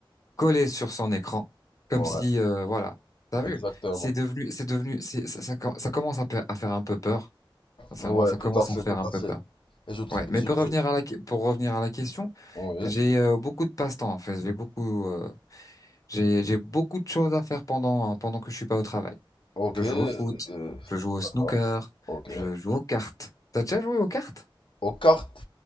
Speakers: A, on the left; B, on the left.
A: collé sur son écran, comme
B: Ouais,
A: si, euh, voilà, t'as vu,
B: exactement.
A: c'est devenu, c'est devenu, c'est- ça, ça, com- ça commence à, pa- à faire un peu peur. Sincèrement,
B: Ouais,
A: ça commence
B: tout à fait,
A: à faire
B: tout
A: un
B: à
A: peu
B: fait.
A: peur.
B: Et je, tr-
A: Ouais, mais
B: je,
A: pour revenir
B: je-
A: à la, que- pour revenir à la question,
B: Oui.
A: j'ai euh, beaucoup de passe-temps en fait. J'ai beaucoup, euh, j'ai, j'ai beaucoup de choses à faire pendant pendant que je suis pas au travail.
B: Ok.
A: Je
B: euh,
A: joue au foot, je joue au snooker,
B: ça va. Ok.
A: je joue aux cartes. T'as déjà joué aux cartes?
B: Aux cartes.